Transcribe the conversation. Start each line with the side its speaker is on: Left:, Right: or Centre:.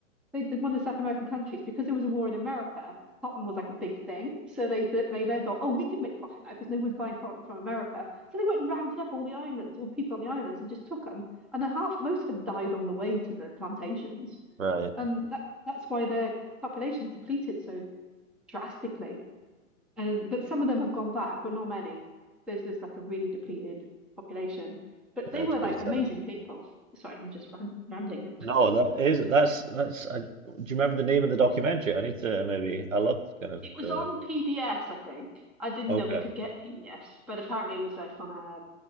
Centre: they did one of the South American countries because there was a war in America. Cotton was like a big thing, so they they then thought, oh, we could make profit now because no one's buying cotton from America. So they went and rounded up all the islands, all the people on the islands, and just took them. And then half, most of them died on the way to the plantations,
Right: Right.
Centre: and that that's why their population depleted so drastically. And but some of them have gone back, but not many. There's there's like a really depleted population, but
Right: Yeah,
Centre: they
Right: it's
Centre: were
Right: pretty
Centre: like
Right: sad.
Centre: amazing people. Sorry, I'm just ram rambling now.
Right: No, that is that's that's. I, do you remember the name of the documentary? I need to maybe. I love kind of
Centre: It was
Right: the.
Centre: on PBS, I think. I didn't
Right: Okay,
Centre: know we could get PBS, but apparently it was like on a.